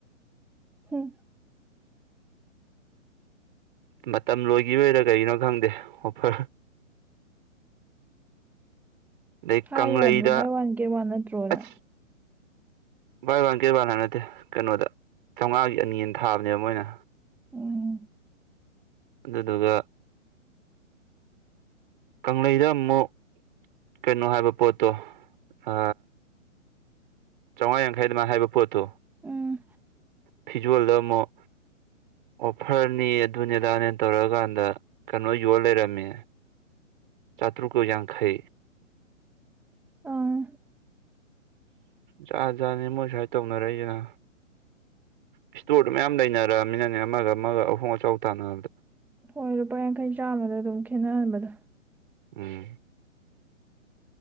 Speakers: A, in the centre; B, on the right.
A: ꯍꯝ꯫
B: ꯃꯇꯝ ꯂꯣꯏꯈꯤꯕꯔꯣꯏꯔ ꯀꯩꯅꯣ ꯈꯪꯗꯦ ꯑꯣꯐꯔ꯫ ꯗꯩꯩ
A: ꯍꯥꯏꯌꯨ
B: ꯀꯪꯂꯩꯗ
A: ꯌꯥꯗ꯭ꯔꯣ ꯕꯥꯏ ꯋꯥꯟ ꯒꯦꯠ ꯋꯥꯟ ꯅꯠꯇ꯭ꯔꯣꯅ
B: ꯑꯁ꯫ ꯕꯥꯏ ꯋꯥꯟ ꯀꯩ ꯋꯥꯟ ꯍꯥꯏꯕ ꯅꯠꯇꯦ ꯀꯩꯅꯣꯗ ꯆꯥꯝꯃꯉꯥꯒꯤ ꯑꯅꯤ ꯑꯅ ꯊꯥꯕꯅꯦꯕ ꯃꯣꯏꯅ꯫
A: ꯎꯝ
B: ꯑꯗꯨꯗꯨꯒ ꯀꯪꯂꯩꯩꯗ ꯑꯃꯨꯛ꯫ ꯀꯩꯅꯣ ꯍꯥꯏꯕ ꯄꯣꯠꯇꯣ ꯑ꯫ ꯆꯥꯝꯃꯉꯥ ꯌꯥꯡꯈꯩ ꯑꯗꯨꯃꯥꯏꯅ ꯍꯥꯏꯕ ꯄꯣꯠꯇꯣ
A: ꯎꯝ
B: ꯐꯤꯖꯣꯜꯗ ꯑꯃꯨꯛ꯫ ꯑꯣꯐꯔꯅꯤ ꯑꯗꯨꯅꯤꯗꯥꯅꯦ ꯇꯧꯔꯛꯀꯥꯟꯗ ꯀꯩꯅꯣ ꯌꯣꯜ ꯂꯩꯔꯝꯃꯦ꯫ ꯆꯥꯠꯇ꯭ꯔꯨꯀ ꯌꯥꯡꯈ꯫
A: ꯑꯥ
B: ꯖꯥ ꯖꯥꯠꯅꯤ ꯃꯣꯏ ꯁꯨꯃꯥꯏ ꯇꯧꯅꯔꯛꯏꯁꯤꯅ꯫ ꯏꯁꯇꯣꯔꯗꯨ ꯃꯌꯥꯝ ꯂꯩꯅꯔꯑꯃꯤꯅꯅꯦ ꯑꯃꯒ ꯑꯃꯒ ꯑꯍꯣꯡ ꯑꯆꯥꯎ ꯇꯥꯅꯕꯗ꯫
A: ꯍꯣꯏ ꯂꯨꯄꯥ ꯌꯥꯡꯈꯩ ꯆꯥꯝꯃꯗ ꯑꯗꯨꯝ ꯈꯦꯠꯅꯍꯟꯕꯗ꯫
B: ꯎꯝ꯫